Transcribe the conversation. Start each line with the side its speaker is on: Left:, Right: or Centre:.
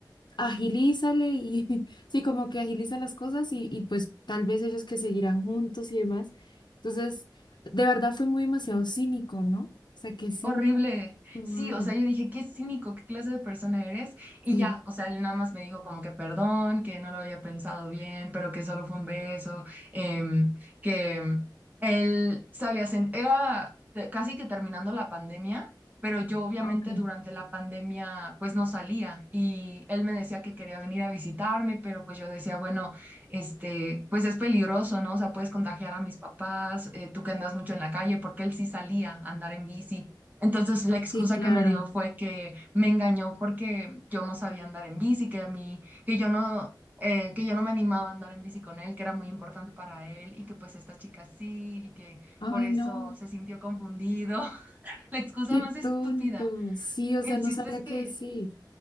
Left: agilízale y <laughs> sí, como que agiliza las cosas y, y pues tal vez ellos que seguirán juntos y demás. Entonces, de verdad fue muy demasiado cínico, ¿no? O sea, qué cínico,
Right: Horrible.
Left: madre.
Right: Sí, o sea, yo dije, qué cínico, qué clase de persona eres. Y
Left: Sí,
Right: ya, o sea, él nada más me dijo como que perdón, que no lo había pensado bien, pero que solo fue un beso, em, que em, él sabía, era te- casi que terminando la pandemia, pero yo obviamente
Left: Ok.
Right: durante la pandemia pues no salía y él me decía que quería venir a visitarme, pero pues yo decía, bueno, este, pues es peligroso, ¿no? O sea, puedes contagiar a mis papás, eh, tú que andas mucho en la calle, porque él sí salía a andar en bici entonces la excusa
Left: sí, claro.
Right: que me dio fue que me engañó porque yo no sabía andar en bici, que a mí, que yo no, eh, que yo no me animaba a andar en bici con él, que era muy importante para él y que pues esta chica sí y que
Left: Ay,
Right: por eso
Left: no,
Right: se sintió confundido. <laughs> La excusa
Left: qué
Right: más estúpida.
Left: tonto. Sí, o
Right: El
Left: sea, no
Right: chiste
Left: sabía
Right: es que
Left: qué decir.